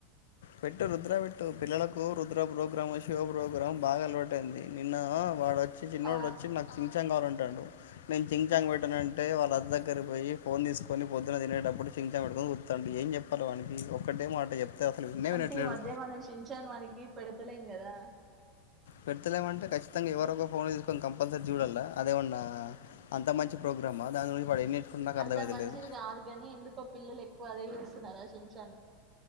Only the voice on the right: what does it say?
ఆ
అంటే
ఈ మధ్య మనం షించాను వానికి పెడతలేం కదా
అంత
మంచిది గాదు గని ఎందుకో పిల్లలెక్కువ అది మెరాశించాను